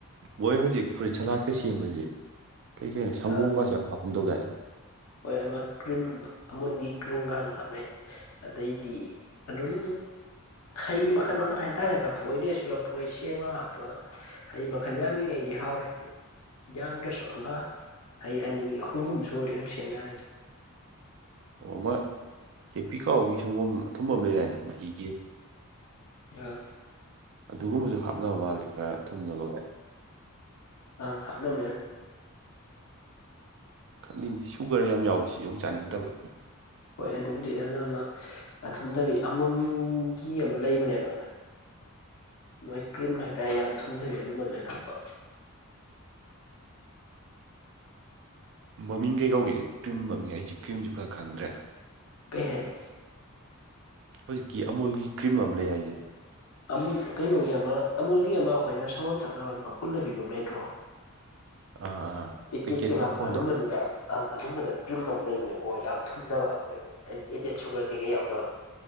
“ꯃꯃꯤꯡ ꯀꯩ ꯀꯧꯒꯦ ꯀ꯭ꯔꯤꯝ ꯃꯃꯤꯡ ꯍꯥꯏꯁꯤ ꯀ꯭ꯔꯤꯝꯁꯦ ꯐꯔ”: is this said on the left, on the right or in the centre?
Right